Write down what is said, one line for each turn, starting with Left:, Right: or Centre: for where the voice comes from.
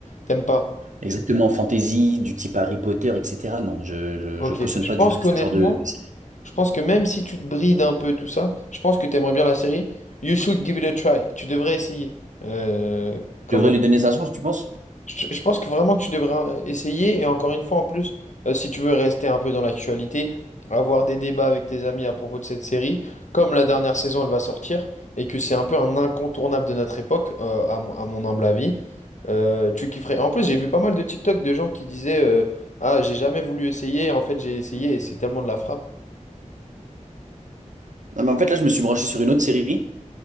Left: t'aimes pas.
Right: Exactement, fantasy, du type Harry Potter, etc. Non, je, je,
Left: Ok.
Right: je cautionne
Left: Je
Right: pas
Left: pense
Right: du tout
Left: qu'honnêtement,
Right: ce genre de... Je
Left: Je pense que même si tu te brides un peu tout ça, je pense que t'aimerais bien la série. You should give it a try. Tu devrais essayer. Euh, comme
Right: devrais
Left: on-
Right: lui donner sa chance, tu penses?
Left: je, je pense que vraiment que tu devrais euh, essayer. Et encore une fois, en plus, euh, si tu veux rester un peu dans l'actualité, avoir des débats avec tes amis à propos de cette série, comme la dernière saison, elle va sortir, et que c'est un peu un incontournable de notre époque, euh, à, mon à mon humble avis, euh, tu kifferais. En plus, j'ai vu pas mal de TikTok de gens qui disaient euh, Ah, j'ai jamais voulu essayer. En fait, j'ai essayé et c'est tellement de la frappe.
Right: Non, mais en fait, là, je me suis branché sur une autre série.